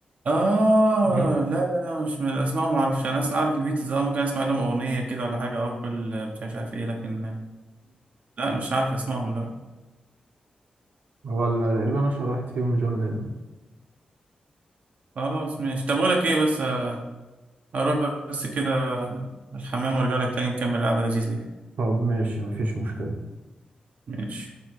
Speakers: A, on the right; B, on the right.
A: اه
B: <laughs>
A: لا لا لا مش من الاسماء ما اعرفش انا اصلا عارف البيتلز اه ممكن اسمع لهم اغنيه كده ولا حاجه اه كل مش عارف عارف ايه لكن لا مش عارف اسمائهم لا
B: ولا تقريبا أشهر واحد فيهم جون لينون
A: خلاص ماشي طب اقول لك ايه بس آه، اروح بس كده الحمام وارجع لك تاني نكمل القعده اللذيذه دي
B: طب ماشي مفيش مشكلة
A: ماشي